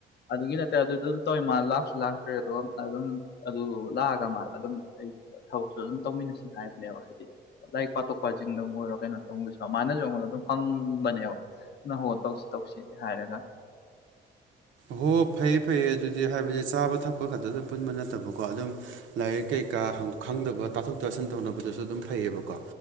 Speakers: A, on the left (about 55°); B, on the right (about 75°).
A: ꯑꯗꯨꯒꯤ ꯅꯠꯇꯦ ꯑꯗꯨ ꯑꯗꯨꯝ ꯇꯧꯋꯤ ꯃꯥ ꯂꯥꯛꯁꯨ ꯂꯥꯛꯇ꯭ꯔꯦ ꯑꯗꯨꯒ ꯑꯗꯨꯝ ꯑꯗꯨ ꯂꯥꯛꯑꯒ ꯃꯥ ꯑꯗꯨꯝ ꯑꯩ ꯊꯕꯛꯁꯨ ꯑꯗꯨꯝ ꯇꯧꯃꯤꯟꯅꯁꯤ ꯍꯥꯏꯕꯅꯦꯕ ꯍꯥꯏꯗꯤ ꯂꯥꯏꯔꯤꯛ ꯄꯥꯊꯣꯛ ꯄꯥꯁꯤꯡꯗꯪ ꯑꯣꯏꯔꯣ ꯀꯩꯅꯣ ꯇꯧꯕꯒꯤꯁꯨ ꯃꯥꯅꯁꯨ ꯑꯩꯉꯣꯟꯗ ꯑꯗꯨꯝ ꯍꯩꯕꯅꯦꯕ ꯅꯪꯍꯣ ꯇꯧꯁꯤ ꯇꯧꯁꯤꯗꯤ ꯍꯥꯏꯔꯒ
B: ꯍꯣ ꯐꯩ ꯐꯩꯌꯦ ꯑꯗꯨꯗꯤ ꯍꯥꯏꯕꯗꯤ ꯆꯥꯕ ꯊꯛꯄ ꯈꯛꯇꯗ ꯄꯨꯟꯕ ꯅꯠꯇꯕꯀꯣ ꯑꯗꯨꯝ ꯂꯥꯏꯔꯤꯛ ꯀꯩꯀꯥ ꯍꯪ ꯈꯪꯗꯕ ꯇꯥꯊꯣꯛ ꯇꯥꯁꯤꯟ ꯇꯧꯅꯕꯗꯨꯁꯨ ꯑꯗꯨꯝ ꯐꯩꯌꯦꯕꯀꯣ